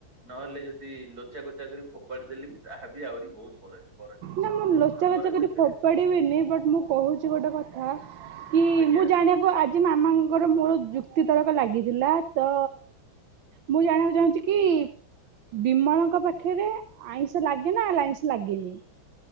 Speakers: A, on the right (about 50°); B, on the right (about 80°).
A: ନହେଲେ ଯଦି ଲୋଚା କୋଚା କରି ଫୋପାଡି ଦେଲେବି ତାହା ବି ଆହୁରି ବହୁତ <unintelligible>
B: ନା ମୁଁ ଲୋଚା
A: ଆମର
B: କୋଚା
A: ସେଥିରେ
B: କରି ଫୋ ପଡ଼ିବିନି ବଟ୍ ମୁଁ କହୁଚି ଗୋଟେ କଥା କି
A: ଆଜ୍ଞା
B: ମୁଁ ଜାଣିବାକୁ ଆ ଆ ମାମାଙ୍କର ମୋର ଯୁକ୍ତି ତରକ ଲାଗିଥିଲା ତ ମୁଁ ଜାଣିବାକୁ ଚାହୁଁଛି କି ବିମଳଙ୍କ ପାଖରେ ଆଇଁଷ ଲାଗେ ନା ଲାଇଁସ ଲାଗେନି?